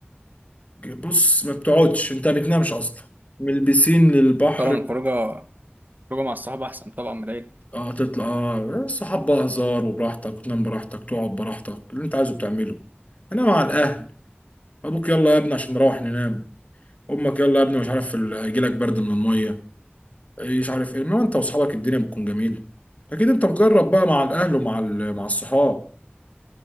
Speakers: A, on the left; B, on the right.
A: بص ما بتقعدش انت ما بتنامش اصلا من البسين للبحر
B: طبعا الخروجه الخروجه مع الصحاب احسن طبعا من العيلة
A: اه تطلع اه الصحاب بقى هزار وبراحتك وتنام براحتك تقعد براحتك اللي انت عايزه بتعمله انا مع الاهل ابوك يلا يا ابني عشان نروح ننام امك يلا يا ابني مش عارف ال- هيجيلك برد من الميه إيه مش عارف ايه انما انت واصحابك الدنيا بتكون جميله اكيد انت مجرب بقى مع الاهل ومع ال- مع الصحاب